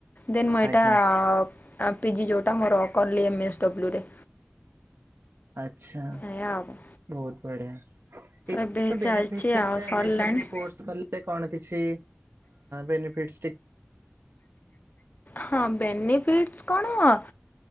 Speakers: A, on the left; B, on the right.
A: ଦେନ୍ ମୁଁ ଏଇଟା।
B: ଆଜ୍ଞା
A: ଆ ପିଜିି ଯୋଉଁଟା ମୋର କଲି ଏମ୍ଏସ୍ ଡବ୍ଲୁ ରେ।
B: ଆଚ୍ଛା
A: ଏୟା ଆଉ ତ
B: ବହୁତ ବଢିଆ। ଏ
A: ଏବେ
B: ବେନିଫିଟ୍
A: ଚାଲିଛି
B: ଏବିକା
A: ଆଉ ସରିଲାଣି
B: ଏମ ଏସ୍ ଡବ୍ଲୁ କୋର୍ସ କଲେ। ଏବେ କଣ କିଛି ବେନିଫିଟ।
A: ହଁ ବେନିଫିଟସ୍ କଣ।